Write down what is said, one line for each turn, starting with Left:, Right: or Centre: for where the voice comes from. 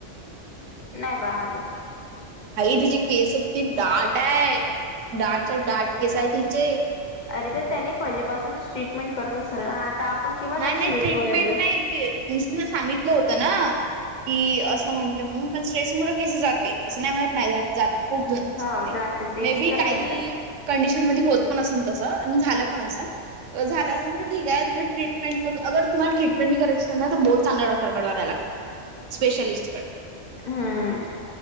Left: नाही पाहायली.
Right: भाई तिचे केस किती दाट ये, दाटच्या दाट केस आहे तिचे.
Left: अरे तर त्यांनी पहिलेपासूनच ट्रीटमेंट करतं असेल ना आता आपण केव्हा
Right: नाही
Left: लक्ष
Right: नाही
Left: देतो
Right: ट्रीटमेंट
Left: एवढे
Right: नाही तिनं सांगितलं होतं ना. कि असं म्हणतं म्हणून स्ट्रेस मुलं केस जात असं नाही म्हणतं नाही जात खूप जणांचं
Left: हो
Right: जाते
Left: तेच
Right: मे बी
Left: तर
Right: काही
Left: म्हणतात
Right: कंडीशन मध्ये पण असन तसं आणि झालं पण असणं, झालं असे तर ठीक ये. ट्रिटमेंट करून अगर तुम्हाला ट्रीटमेंट बी करायचं असेल ना तर बहुत चांगल्या डॉक्टरकड द्यायला लागतेय, स्पेशलिस्ट कडे.
Left: हम्म